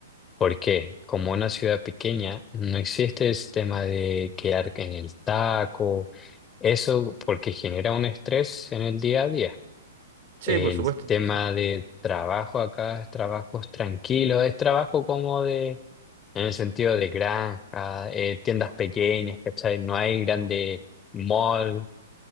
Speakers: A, on the left; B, on the right.
A: ¿Por qué? Como una ciudad pequeña, no existe el tema de quedar en el taco. Eso porque genera un estrés en el día a día.
B: Sí,
A: El
B: por supuesto,
A: tema
B: sí.
A: de trabajo acá es trabajos tranquilos, es trabajo como de, en el sentido de granja, eh, tiendas pequeñas, ¿cachai? No hay grande mall.